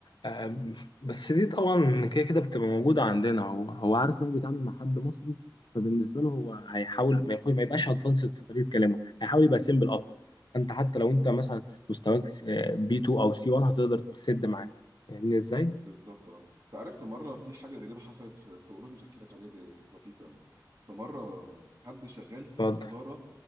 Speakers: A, on the left; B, on the right.
A: آم، بس دي طبعا كده كده بتبقى موجودة عندنا هو هو عارف ان هو بيتعامل مع حد مصري فبالنسبة له هو هيحاول ما يخش ما يبقاش ادفانسد في طريقة كلامه هيحاول يبقى سيمبل اكتر انت حتى لو انت مثلا مستواك بي 2 او سي 1 هتقدر تسد معاه فاهمني ازاي؟
B: وبالظبط اه انت عارف في مره في حاجه غريبه حصلت في في اوروج مش هحكي لك عليها دي كانت لطيفه قوي في مره حد شغال في السفاره
A: اتفضل